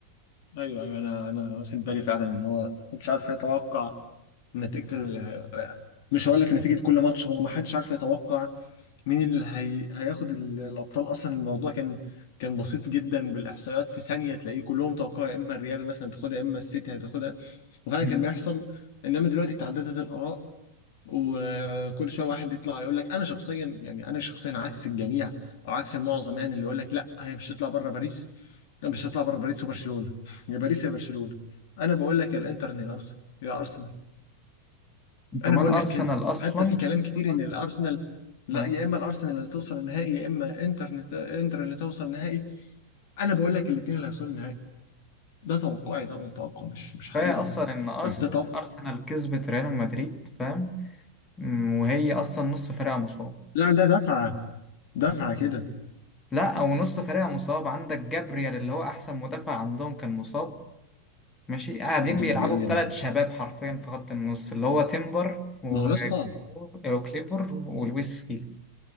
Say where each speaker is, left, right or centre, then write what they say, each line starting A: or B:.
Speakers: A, on the left; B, on the left.
A: ايوه ايوه انا انا واخد بالي فعلا ان هو مش عارف يتوقع نتيجه ال... مش هقول لك نتيجه كل ماتش هو ما حدش عارف يتوقع مين اللي هي... هياخد ال- الابطال اصلا الموضوع كان كان بسيط جدا بالاحصائيات في ثانيه تلاقيه كلهم توقعوا يا اما الريال مثلا تاخدها يا اما السيتي هتاخدها وفعلا
B: مم.
A: كان بيحصل انما دلوقتي تعددت الاراء وكل شويه واحد يطلع يقول لك انا شخصيا يعني انا شخصيا عكس الجميع او عكس المعظم يعني اللي يقول لك لا هي مش هتطلع بره باريس لا مش هتطلع بره باريس وبرشلونه يا باريس يا برشلونه انا بقول لك يا الانتر يا ارسنال يا ارسنال
B: وكمان
A: انا بقول
B: أرسنال
A: لك كده
B: أصلا
A: حتى في كلام كتير ان <laughs> الارسنال لا
B: آه.
A: يا اما الارسنال اللي توصل النهائي يا اما انتر انتر اللي توصل النهائي انا بقول لك الاثنين اللي هيوصلوا النهائي ده توقعي طبعا توقع مش مش حقيقي
B: فهي اصلا
A: يعني
B: ان أرس-
A: بس ده توقع
B: ارسنال كسبت ريال مدريد فاهم مم، وهي اصلا نص فريقها مصاب
A: لا ده دفعه دفعه كده
B: لا او نص فريقها مصاب عندك جابريال اللي هو احسن مدافع عندهم كان مصاب ماشي قاعدين
A: جبريل
B: بيلعبوا
A: يا
B: بثلاث
A: مان
B: شباب حرفيا في خط النص اللي هو تيمبر و-
A: ما هو يا اسطى
B: وكليفر ولويس سكيلي